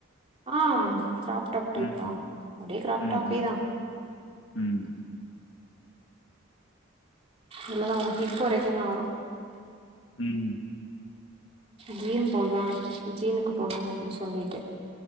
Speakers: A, on the right; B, on the left.
A: ஆ க்ராப் டாப் டைப்
B: ம்.
A: தா அதே க்ராப்
B: ம்.
A: டாப்பேதா
B: ம். ம்.
A: இவ்லதா வரு ஹிப்பு வரைக்கு தா வரு
B: ம்
A: ஜீன் போட்லா ஜீனுக்கு போட்லா அப்டின் சொல்லிட்டு